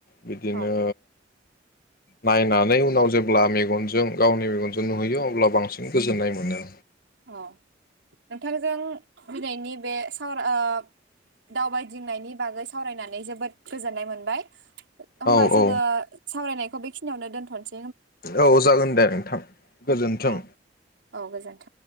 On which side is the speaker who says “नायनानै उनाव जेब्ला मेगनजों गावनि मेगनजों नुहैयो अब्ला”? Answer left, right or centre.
Left